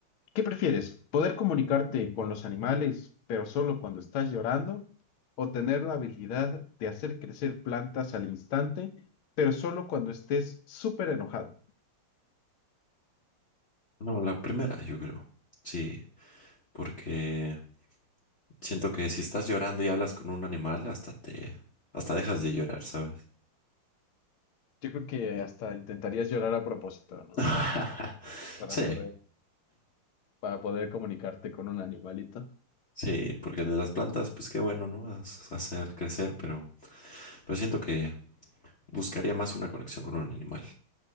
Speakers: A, on the left; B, on the left.
A: ¿qué prefieres? ¿Poder comunicarte con los animales, pero solo cuando estás llorando? ¿O tener la habilidad de hacer crecer plantas al instante, pero solo cuando estés súper enojado?
B: No, la primera, yo creo. Sí, porque siento que si estás llorando y hablas con un animal, hasta te, hasta dejas de llorar, ¿sabes?
A: Yo creo que hasta intentarías llorar a propósito, ¿no?
B: <laughs>
A: Para
B: Sí,
A: poder, para poder comunicarte con un animalito.
B: sí, porque el de las plantas, pues qué bueno, ¿no? Haz- Hacer crecer, pero, pero siento que buscaría más una conexión con un animal.